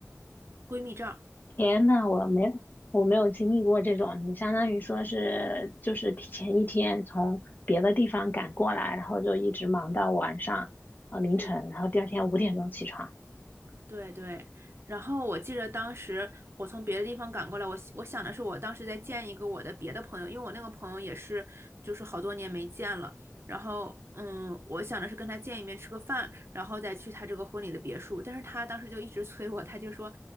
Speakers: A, on the right; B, on the left.
A: 闺蜜照。
B: 天呐，我没我没有经历过这种，你相当于说是就是提前一天从别的地方赶过来，然后就一直忙到晚上呃凌晨，
A: 对，
B: 然后第二天五点钟起床。
A: 对对，然后我记得当时我从别的地方赶过来，我我想的是我当时再见一个我的别的朋友，因为我那个朋友也是就是好多年没见了，然后嗯，我想的是跟他见一面吃个饭，然后再去他这个婚礼的别墅，但是他当时就一直催我，他就说。